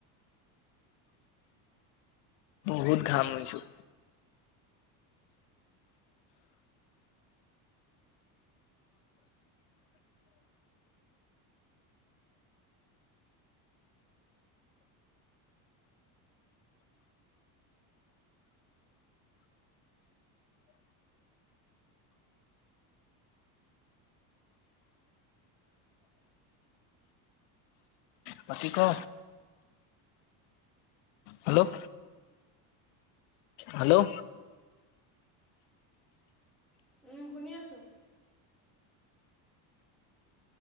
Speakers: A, on the left; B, in the centre.
A: বহুত ঘাম ইছোঁ পতি ক <inaudible> হেল্ল' হেল্ল'
B: উম শুনি আছো